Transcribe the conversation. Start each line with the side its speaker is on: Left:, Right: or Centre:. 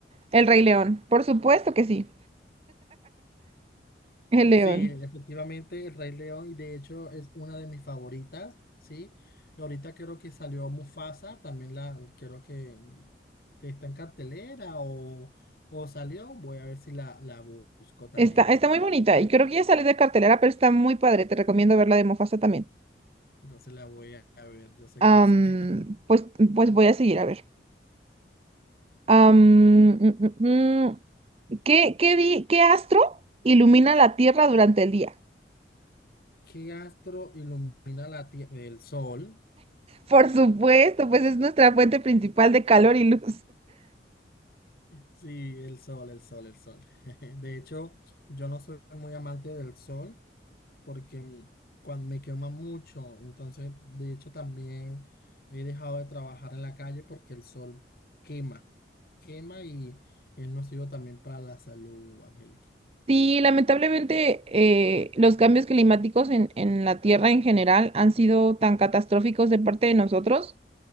Right: El Rey León. Por supuesto que sí. El León.
Left: Sí, efectivamente, el Rey León, y de hecho es una de mis favoritas, ¿sí? Y ahorita creo que salió Mufasa, también la, creo que que está en cartelera o, o salió, voy a ver si la, la busco también.
Right: Está, está muy bonita y creo que ya sale de cartelera, pero está muy padre. Te recomiendo verla de Mufasa también.
Left: Entonces la voy a a ver, yo sé
Right: Am,
Left: que sí. <laughs>
Right: pues, pues voy a seguir a ver. Am, mm, mm, mm. ¿Qué, qué, di- qué astro ilumina la Tierra durante el día?
Left: ¿Qué astro ilumina la Tierra? El Sol.
Right: Por supuesto, pues es nuestra fuente principal de calor y luz.
Left: Sí, el sol, el sol, el sol. <laughs> De hecho, yo no soy muy amante del sol porque cuando me quema mucho, entonces, de hecho, también he dejado de trabajar en la calle porque el sol quema, quema y es nocivo también para la salud, Angélica.
Right: Sí, lamentablemente eh, los cambios climáticos en, en la Tierra en general han sido tan catastróficos de parte de nosotros